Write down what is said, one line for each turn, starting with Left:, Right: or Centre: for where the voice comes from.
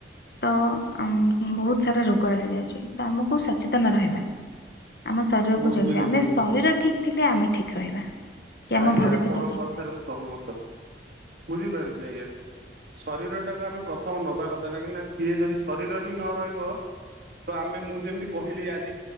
Left: ତ ବହୁତ ସାରା ରୋଗ ଆସିଯାଇଛି। <unintelligible> ଆମକୁ ସଚେତନ ରହିବା ଆମ ଶରୀରକୁ
Right: ବୁଝିଲି
Left: ଜଗିବା ଆମେ
Right: ବୁଝିଲି
Left: ଶରୀର ଠିକ୍ ଥିଲେ ଆମେ ଠିକ୍ ରହିବା କି
Right: ଆଜ୍ଞା
Left: ଆମ ଭବିଷ୍ୟତ
Right: ଆପଣଙ୍କ
Left: ଠିକ୍
Right: କଥାରେ
Left: ରହିବ।
Right: ମୁଁ ସହମତ ବୁଝିପାରୁଛି ଆଜ୍ଞା। ଶରୀରଟାକୁ ଆମେ ପ୍ରଥମ ନବା କଥା କାହିଁକିନା ସିଏ
Left: ଆଜ୍ଞା
Right: ଯଦି ଶରୀର ହିଁ ନ ରହିବ। ତ ଆମେ ମୁଁ ଯେମିତି କହିଲି ଆଜି